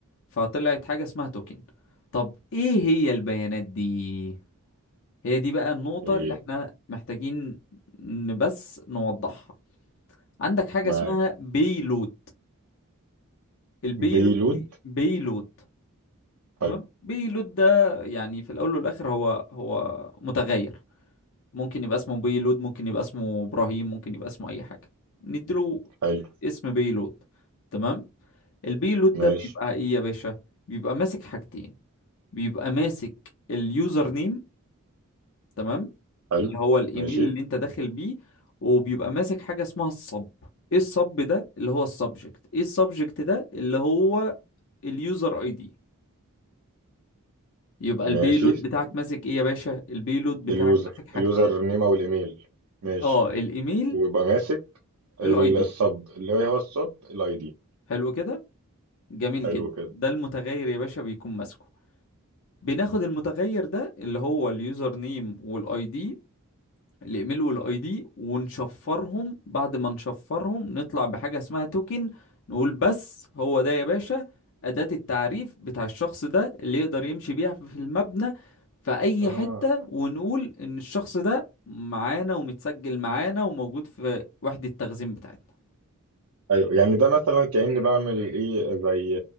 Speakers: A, on the left (about 60°); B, on the right (about 70°).
A: فطلعت حاجة اسمها توكن طب ايه هي البيانات دي هي دي بقى النقطة
B: ايه
A: اللي احنا محتاجين ن- بس نوضحها عندك حاجة
B: معاك
A: اسمها بيلود البيلود
B: بيلود
A: دي بيلود تمام
B: حلو
A: بيلود ده يعني في الأول والآخر هو هو متغير ممكن يبقى اسمه بيلود ممكن يبقى اسمه إبراهيم ممكن يبقى اسمه أي حاجة نديله
B: حلو
A: اسم بيلود تمام البيلود
B: ماشي
A: ده بيبقى إيه يا باشا بيبقى ماسك حاجتين بيبقى ماسك اليوزر نيم تمام
B: حلو
A: اللي هو الايميل
B: ماشي
A: اللي انت داخل بيه وبيبقى ماسك حاجه اسمها الصب ايه الصب ده اللي هو السبجكت ايه السبجكت ده اللي هو اليوزر اي دي يبقى
B: ماشي
A: البيلود بتاعك
B: طب
A: ماسك ايه يا باشا البيلود بتاعك
B: اليوزر
A: ماسك حاجتين
B: اليوزر نيم او الايميل ماشي
A: اه الايميل
B: ويبقى ماسك ال-
A: الاي دي
B: السب اللي هو السب الاي دي
A: حلو كده جميل
B: حلو
A: جدا
B: كده
A: ده المتغير يا باشا بيكون ماسكه بناخد المتغير ده اللي هو اليوزر نيم والاي دي الايميل والاي دي ونشفرهم بعد ما نشفرهم نطلع بحاجة اسمها توكن نقول بس هو ده يا باشا أداة التعريف بتاع الشخص ده اللي يقدر يمشي بيها في المبنى في أي
B: اه
A: حتة ونقول إن الشخص ده معانا ومتسجل معانا وموجود في وحدة التخزين بتاعتنا
B: ايوه يعني ده مثلا كأني بعمل ايه زي